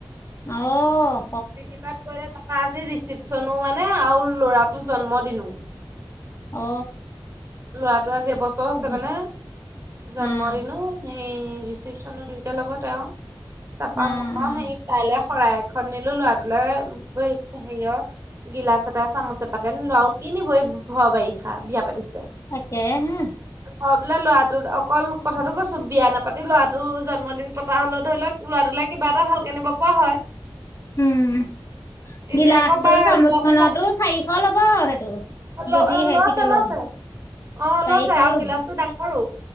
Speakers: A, on the left; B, on the right.
A: অহ।
B: বিধি পাঠ কৰিলে তা পা আজি ৰিচিপচনো মানে আও ল'ৰাটো জন্মদিনো।
A: অ।
B: ল'ৰাটো আজি এবছৰ হৈছে
A: সেইটো
B: মানে জন্মদিনো।
A: অ',
B: সেই ৰিচিপচনৰ দুয়োটাৰ লগতে আও তাপা
A: অ',
B: মই
A: অ',
B: সেইক তাইলে শৰাই এখন নিলো লৰাটোলৈ হেৰিয় গিলাচ এটা চামুচ পাতে নিলো আও কি নিব এই ভৰ বাৰিষা বিয়া পাতিছে।
A: তাকে হে।
B: ঘৰ বোলে ল'ৰাটোত অকল কথাটো কৈছো বিয়া নাপাতি লৰাটো জন্মদিন পাত তা হলো ধৰি লওক লৰাটোলে কিবা এটা ভালকে নিব পৰা হয়।
A: উম,
B: এতিয়া
A: গিলাচটো
B: আকৌ বা
A: চামুচ
B: ল'ৰাটো
A: খনতো
B: জন্ম
A: চাৰিশ ল'ব সেইটো।
B: ল
A: যদি সেই
B: লৈছে
A: পিতলৰ
B: লৈছে।
A: গিলাচ।
B: অ'
A: চাৰিশ
B: লৈছে আৰু
A: ল'ব
B: গিলাচ টো ডাঙৰো